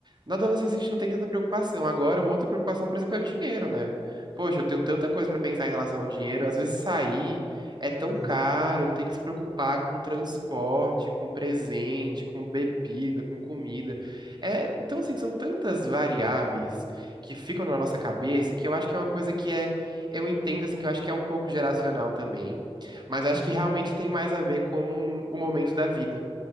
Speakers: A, on the right; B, on the left.
A: Na adolescência a gente não tem tanta preocupação. Agora, uma outra preocupação, por exemplo, é o dinheiro, né? Poxa, eu tenho tanta coisa pra pensar em relação ao dinheiro. Às vezes sair é tão
B: É mesmo.
A: caro, tem que se preocupar com transporte, com presente,
B: Isso é verdade.
A: com bebida, com comida. É, então, assim, são tantas variáveis que ficam na nossa cabeça que eu acho que é uma coisa que é, eu entendo assim que eu acho que é um pouco geracional também mas
B: Sim.
A: acho que realmente tem mais a ver com o momento da vida.